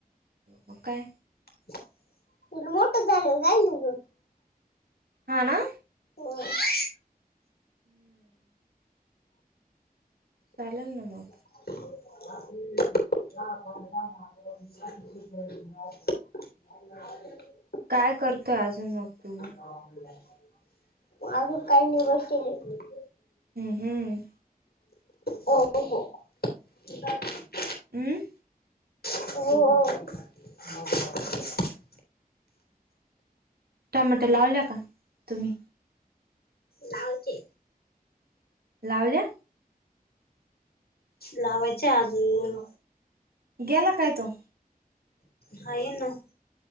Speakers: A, on the right (about 80°); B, on the left (about 85°).
A: म काय
B: <unintelligible>
A: हा ना.
B: <unintelligible>
A: <inaudible> चालेल ना मग.
B: <inaudible> <inaudible> <inaudible>
A: काय करतोय अजून मग तू?
B: <inaudible> आजुन काही नाही बसलीय.
A: हम्म, हम्म.
B: हो, हो. <inaudible>
A: अं?
B: <unintelligible> <unintelligible>
A: टामॅटो लावल्या का तुम्ही?
B: लावायचे
A: लावल्या
B: लावायचे अजून.
A: गेला काय तो?
B: हाये ना.